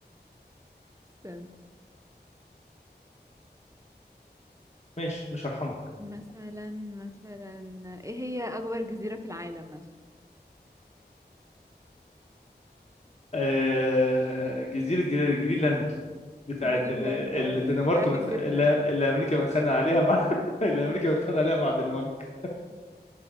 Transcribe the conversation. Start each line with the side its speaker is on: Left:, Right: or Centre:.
Right: استنى
Left: ماشي مش هرحمك
Right: مثلا مثلا ايه هي اكبر جزيرة في العالم مثلا
Left: آه... جزيرة جري- جرينلاند بتاعت
Right: جرينلاند
Left: ال- ال-
Right: ايوه
Left: الدنمارك
Right: بتاعت
Left: متخ...
Right: الجبنة
Left: اللي... اللي امريكا متخانقة عليها مع <laughs> اللي امريكا متخانقة عليها مع الدنمارك